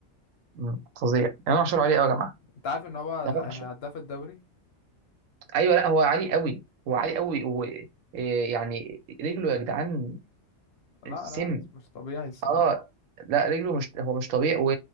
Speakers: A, on the right (about 85°); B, on the left (about 60°).
A: مم، فظيع امام عاشور عليه قوي
B: اه
A: يا جماعه
B: انت عارف ان هو
A: امام عاشور
B: هداف الدوري
A: ايوه لا هو عالي قوي هو عالي قوي هو إيه يعني رجله يا جدعان
B: لا
A: سم
B: لا مش طبيعي الصراحة
A: اه لا رجله مش هو مش طبيعي و...